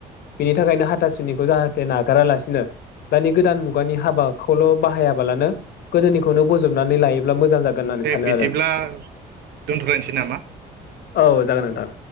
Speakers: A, on the left; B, on the right.
A: बेनि थाखायनो हाथासुनिखौ जाहाथे नागारालासिनो दानि गोदान मु मुगानि हाबाखौल' बाहायाबालानो गोदोनिखौनो बजबनानै लायोब्ला मोजां जागोन होननानै
B: दे
A: सानो
B: बिदिब्ला
A: आरो
B: दोनथ'लनोसै नामा
A: औ जागोन नोंथां